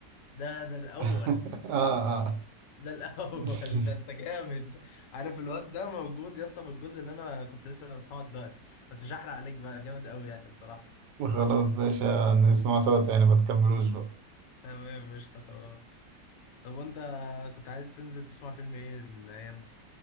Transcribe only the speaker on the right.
<laughs> آه آه
<laughs>
وخلاص باشا نسمعه سوا تاني ما تكملوش بقى